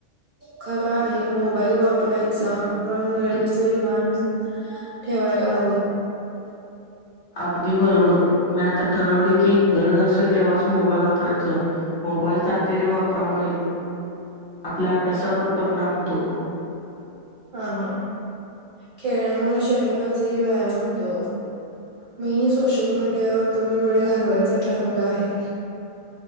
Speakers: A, on the right; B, on the left.
A: खरा आहे मोबाईल वापरायचा पण वेळ त्याचही भान ठेवायला हवं.
B: अगदी बरोबर मी आता ठरवले की गरज असेल तेव्हाच मोबाईल वाप मोबाईलचा अतिरय वापरामुळे आपल्या अभ्यासावर परिणाम होतो.
A: हा हा खेळल्यामुळे शरीराचाही व्यायाम होतो. मीही सोशल मीडियावर कमी वेळ घालवायचं ठरवलं आहे.